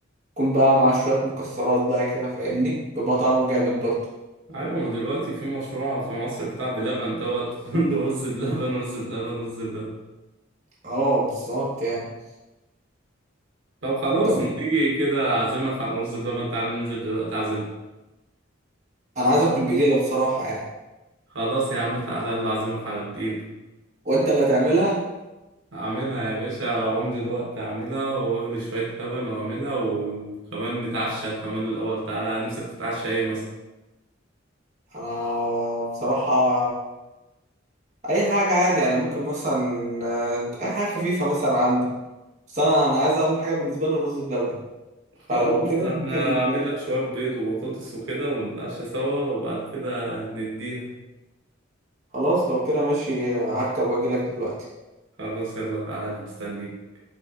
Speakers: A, on the right; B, on the right.
A: يكون بقى مع شويه مكسرات بقى كده فاهمني بيبقى طعمه جامد برضه
B: ايوه ما دلوقتي في مشروع في مصر بتاع بلبن دوت <laughs> كله رز بلبن رز بلبن رز بلبن
A: اه بالظبط يعني
B: طب خلاص
A: طب
B: ما تيجي كده اعزمك على رز بلبن تعالى ننزل دلوقتي اعزمك
A: انا عايز اكل بليله بصراحه يعني
B: خلاص يا عم تعالى يلا اعزمك على بالليل
A: وانت اللي هتعملها
B: اعملها يا باشا اقوم دلوقتي اعملها واغلي شوية لبن واعملها و- وكمان نتعشى كمان الاول تعالى نفسك تتعشى ايه مثلا
A: انا بصراحه اي حاجه عادي يعني ممكن مثلا آه، اي حاجه خفيفه مثلا عندك بس انا انا عايز اهم حاجه بالنسبه لي الرز بلبن
B: خلاص
A: فلو كده ممكن
B: احنا اعمل لك شوية بيض وبطاطس وكده ونتعشى سوا وبعد كده نديها
A: خلاص لو كده ماشي هركب واجي لك دلوقتي
B: خلاص يلا تعالى مستنيك